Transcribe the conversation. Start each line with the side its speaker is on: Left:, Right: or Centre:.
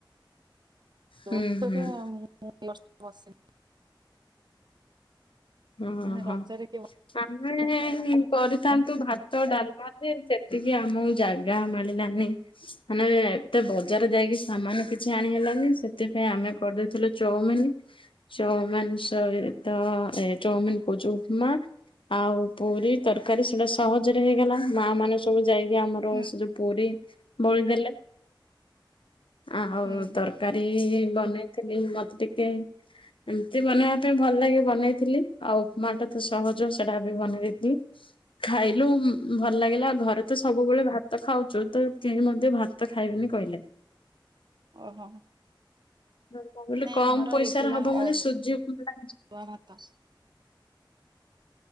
Right: ତୋର
Left: ହୁଁ ହୁଁ
Right: ତ ଯାହା ମୁଁ ଏ ବର୍ଷ ବସିିନି।
Left: ଓ
Right: ମାନେ
Left: ହଁ
Right: ରଜରେ କିଏ
Left: ଆମେ କରିଥାନ୍ତୁ ଭାତ ଡାଲମା। ସେ ସେତିକି ଆମକୁ ଜାଗା ମାଳିଲାନି। ମାନେ ଏତେ ବଜାର ଯାଇକି ସାମାନ କିଛି ଆଣି ହେଲାନି ସେଥିପାଇଁ ଆମେ କରିଦେଇଥିଲୁ ଚଉମିିନ ଚଉମିିନ ସହିତ ଏ ଚାଉମିିନ କହୁଛି ଉପମା। ଆଉ ପୁରୀ ତରକାରୀ ସେଟା ସହଜରେ ହେଇଗଲା ମା ମାନେ ସବୁ ଯାଇକି ଆମର
Right: ହୁଁ
Left: ର ସେ ଯୋଉ ପୁରୀ ବଳିଦେଲେ ଆଉ
Right: ହୁଁ
Left: ତୋର୍ କାରୀ ବନେଇଥିଲି ମତେ ଟିକେ ଏମିତି ବନେଇବା ପାଇଁ ଭଲ ଲାଗେ ବନେଇଥିଲି। ଆଉ ଉପମା ଟା ତ ସହଜ ସେଟା ବି ବନେଇ ଦେଇେଇଲି। ଖାଇଲୁ ଭଲ ଲାଗିଲା ଘରେ ତ ସବୁବେଳେ ଭାତ ଖାଉଚୁ ତ କେହି ମତେ ଭାତ ଖାଇବେନି କହିଲେ। <inaudible>
Right: ଓହୋ।
Left: ହଁ କଁ କଲୁ
Right: ନାଇଁ
Left: କମ୍
Right: ଆମର
Left: ପଇସାର
Right: ହେଇଥିଲା
Left: ହବ ମାନେ
Right: ଅରୁଆ
Left: ସୂଯି ପୁରା
Right: ଭାତ